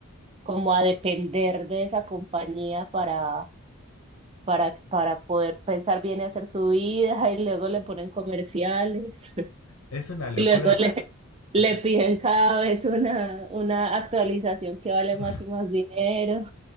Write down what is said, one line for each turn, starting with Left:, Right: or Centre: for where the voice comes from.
Right: como a depender de esa compañía para para, para poder pensar bien y hacer su vida, y luego le ponen comerciales, <laughs>
Left: Es una locura.
Right: y luego
Left: s-
Right: le, le
Left: s-
Right: piden cada vez una, una actualización que vale
Left: <laughs>
Right: más y más dinero.